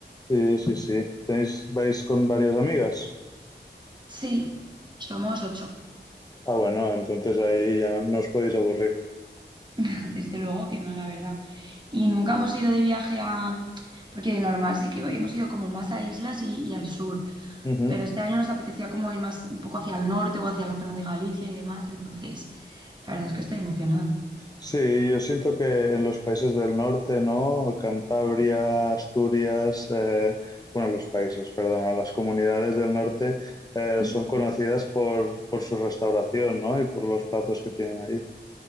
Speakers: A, on the left; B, on the right.
A: Sí, sí, sí. ¿Tenéis, ¿Vais con varias amigas?
B: Sí, somos ocho.
A: Ah, bueno, entonces ahí ya no os podéis aburrir.
B: <laughs> Desde luego que no, la verdad. Y nunca hemos ido de viaje a... Porque de normal sí que hemos ido como más a islas y, y al sur,
A: Uh -huh.
B: pero este año nos apetecía como ir más un poco hacia el norte o hacia la zona de Galicia y demás, entonces la verdad es que estoy emocionada.
A: Sí, yo siento que en los países del norte, ¿no? Cantabria, Asturias, eh, bueno, los países, perdón, las comunidades del norte eh,
B: Mm,
A: son conocidas por, por su restauración, ¿no? Y por los platos que tienen ahí.